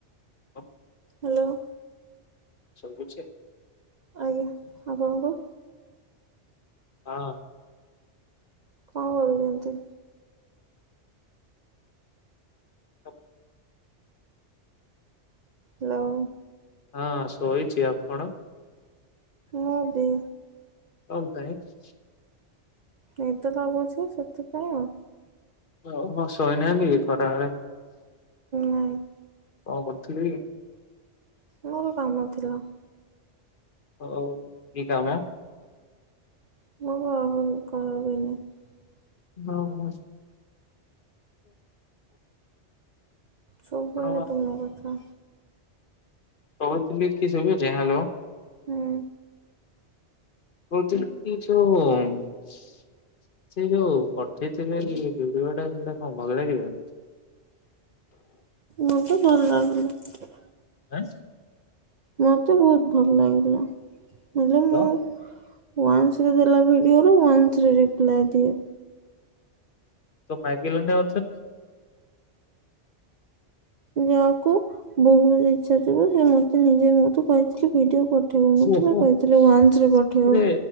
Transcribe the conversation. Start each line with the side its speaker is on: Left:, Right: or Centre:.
Left: <inaudible>
Right: Hello.
Left: ଶୁଭୁଛେ?
Right: ଆଜ୍ଞା ଆପଣଙ୍କୁ,?
Left: ହଁ।
Right: କଣ କରୁଛନ୍ତି?
Left: ହଉ।
Right: ହ୍ୟାଲ।
Left: ହଁ ଶୋଇଛି ଆପଣ?
Right: ମୁବି।
Left: କଣ ପାଇଁ?
Right: ନିଦ ଲାଗୁଛି ସେଥିପାଇଁ ଆଉ।
Left: ଓହୋ ଶୋଇନାହାନ୍ତି ଖରାବେଳେ?
Right: ନାଇଁ
Left: କଣ କରୁଥିଲି?
Right: ମର କାମ ଥିଲା।
Left: ହଉ କି କାମ?
Right: <unintelligible>
Left: ହଉ ହଉ।
Right: ଶୁଭୁନି
Left: ଆପଣ
Right: ତୁମ କଥ?
Left: କହୁଥିଲି କି ସୁବୁଛି ହ୍ୟାଲୋ।
Right: ହୁଁ।
Left: ବୁଝିଲି କିନ୍ତ ସେ ଯୋଉ ପଠେଇଥିଲେ ଭିଡିଓ ଟା ସେଟା କଣ ଭଲ ଲାଗିଲା
Right: ମତେ ଭଲ ଲାଗିଲା।
Left: ଆଁ
Right: ମୋତେ ବହୁତ ଭଲ ଲାଗିଲା ହେଲେ ମୁଁ
Left: ତ
Right: ୱାନ୍ସ ଦେଲା ଭିଡିଅ ରୁ ୱାନ୍ସ ରେ ରିପ୍ଲା ଦିଏ।
Left: ତ ମାଗିଲୁଣି ଆଉ ଥରେ।
Right: ଯାହାକୁ ବହୁତ ଇଛା ଥିବ ସେ ମତେ ନିଜେ ମଠୁ ପଠେଇବ ମୁଁ
Left: ଓହୋ।
Right: ଥୋଡ଼ି କହିଥିଲି ୱାନ୍ସ ରେ
Left: ସେଥିରେ
Right: ପଠେଇବ